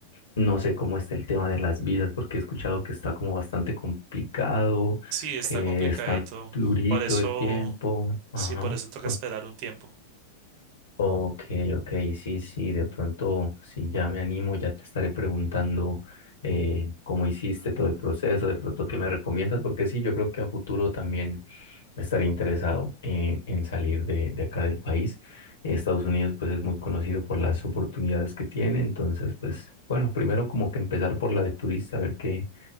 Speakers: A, on the left; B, on the right.
A: no sé cómo está el tema de las visas, porque he escuchado que está como bastante complicado,
B: sí, está
A: que
B: complicadito.
A: está durito
B: Por eso,
A: el tiempo. Ajá.
B: sí, por eso toca
A: cu-
B: esperar un tiempo.
A: Ok, ok, sí, sí, de pronto, si ya me animo, ya te estaré preguntando eh, cómo hiciste todo el proceso, de pronto qué me recomiendas, porque sí, yo creo que a futuro también estaría interesado eh, en salir de, de acá del país. Eh, Estados Unidos pues es muy conocido por las oportunidades que tiene, entonces pues bueno, primero como que empezar por la de turista, a ver qué,